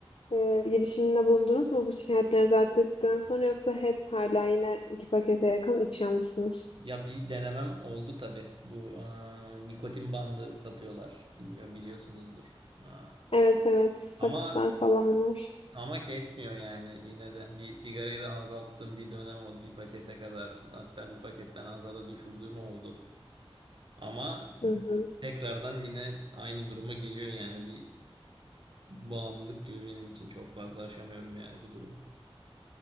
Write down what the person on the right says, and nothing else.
Ya bir denemem oldu tabii. Bu aa, nikotin bandı satıyorlar. Bilmiyorum biliyorsunuzdur. Aa,
ama
ama kesmiyor yani yine de. Bir sigarayı da azalttığım bir dönem oldu. Bir pakete kadar hatta bir paketten aza da düşürdüğüm oldu. Ama
tekrardan yine aynı duruma geliyor yani bir bağımlılık gibi benim için çok fazla aşamıyorum yani bu durumu.